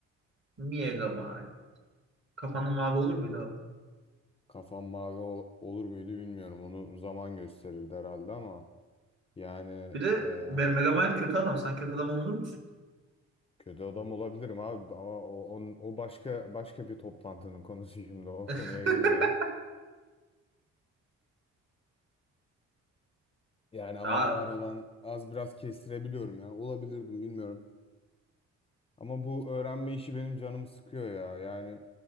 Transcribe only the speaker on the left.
Kafam mavi ol- olur muydu bilmiyorum. Onu zaman gösterirdi herhalde ama yani
eee,
kötü adam olabilirim abi ama o, on- o başka başka bir toplantının konusu şimdi o konuya
girmeyelim. Yani ama
var olan az biraz kestirebiliyorum ya. Olabilirdim bilmiyorum. Ama bu öğrenme işi benim canımı sıkıyor ya. Yani